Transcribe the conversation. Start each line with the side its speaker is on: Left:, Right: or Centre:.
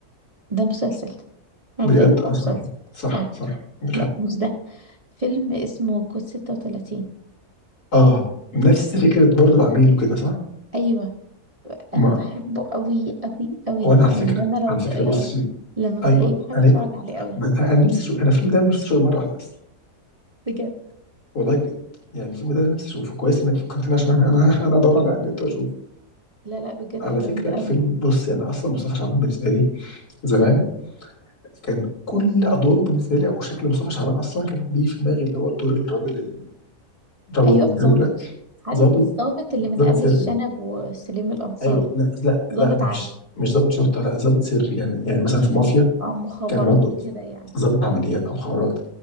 Right: ده مسلسل مبدئيا
Left: بجد اه
Right: ده
Left: صح
Right: مسلسل
Left: صح
Right: اه
Left: صح عندك
Right: لا
Left: حق
Right: مش ده فيلم اسمه كود 36
Left: اه نفس فكرة برضو العميل وكده صح؟
Right: ايوه
Left: ما
Right: انا بحبه قوي قوي قوي
Left: وانا على
Right: يعني
Left: فكرة
Right: ده انا لو
Left: على فكرة
Right: لو
Left: بصي
Right: لما
Left: ايوه
Right: بلاقيه بحب
Left: انا
Right: اتفرج عليه قوي
Left: ب- انا نفسي اشوف انا الفيلم ده مش اشوفه مرة واحدة بس
Right: بجد
Left: والله بجد يعني الفيلم ده انا نفسي اشوفه كويس انك فكرتني عشان انا انا انا ادور على النت واشوفه
Right: لا لا بجد
Left: على فكرة
Right: جميل
Left: الفيلم
Right: قوي
Left: بصي انا اصلا مصطفى شعبان بالنسبة لي زمان كان كل ادواره بالنسبة لي او شكل مصطفى شعبان اصلا كان بيجي في دماغي اللي هو الدور الراجل او
Right: ايوه
Left: الدوله
Right: ظابط عارف
Left: ضابط
Right: الظابط اللي من
Left: ضابط
Right: قبل
Left: سري
Right: الشنب وسليم الانصاري
Left: ايوه لا لا
Right: ظابط
Left: لا
Right: عادي
Left: مش مش ضابط شرطه لا ضابط سري يعني يعني مثلا في مافيا
Right: اه مخابرات
Left: كان برضه
Right: وكده يعني
Left: ضابط عمليات او مخابرات